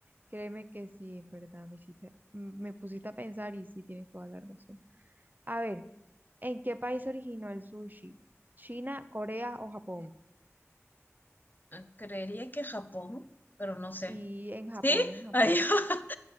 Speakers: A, on the right; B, on the left.
A: créeme que sí, en verdad, me hiciste- m- me pusiste a pensar y sí tienes toda la razón. A ver. ¿En qué país se originó el sushi? ¿China, Corea o Japón?
B: Ah, Creería que Japón, pero no sé.
A: Sí, en Japón,
B: ¿Sí?
A: en Japón.
B: Ay, <laughs>